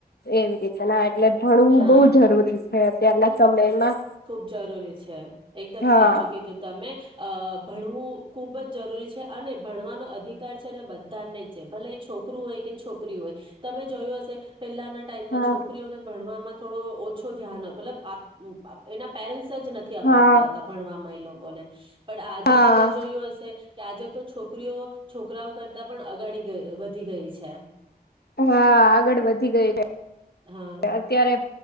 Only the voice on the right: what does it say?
હા
ખુબ જરૂરી છે. એકદમ
સાચું કીધું તમે અ ભણવું ખૂબ જ જરૂરી છે. અને ભણવાનો અધિકાર છે ને બધાને જ છે ભલે એ છોકરું હોય કે છોકરી હોય તમે જોયું હશે પેલાના ટાઈમમાં
છોકરીઓને ભણવાવા માં થોડો ઓછો ધ્યાન મતલબ આપ અપ એના પેરેન્ટ્સ જ નથી અપાવતા
હતા ભણવામાં એ લોકોને પણ આજે
તમે જોયું હશે કે આજે તો છોકરીઓ છોકરાઓ કર તા પણ અગાડી ગ વધી ગઈ છે. એમ
હા